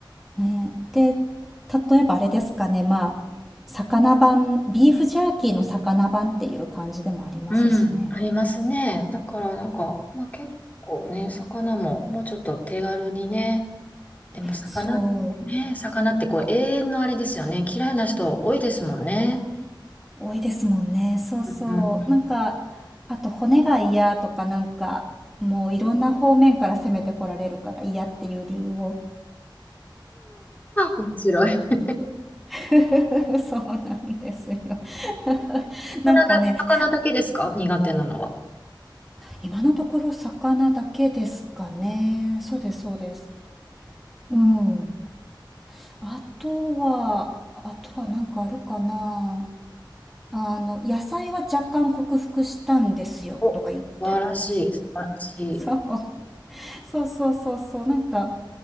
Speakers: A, in the centre; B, on the left (about 20°).
A: ね。で、例えばあれですかね。まあ、魚版、ビーフジャーキーの魚版っていう感じでもありますしね。
B: うん、ありますね。だからなんか、まあ、結構ね、魚ももうちょっと手軽にね、でも魚ってね、
A: そう。
B: 魚ってこう永遠のあれですよね。嫌いな人多いですもんね。
A: 多いですもんね。そうそう。
B: うんうん。
A: なんか、あと骨が嫌とかなんか、もういろんな方面から攻めてこられるから嫌っていう理由を
B: 面白い。
A: <laughs> そうなんですよ <laughs> なんかね、
B: 魚だ、魚だけですか苦手なのは。
A: 今のところ魚だけですかね。そうです、そうです。うん。
B: うん
A: あとは、あとはなんかあるかな。あの、野菜は若干克服したんですよ、
B: お、
A: とか言って。
B: 素晴らしい、素晴らしい。
A: そう、そうそうそうそう。なんか、